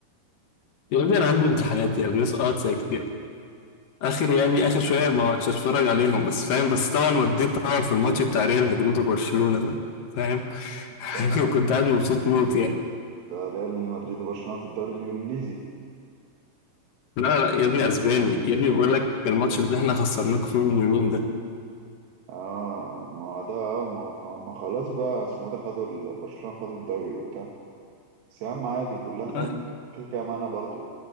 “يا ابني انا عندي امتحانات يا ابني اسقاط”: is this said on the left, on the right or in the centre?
Left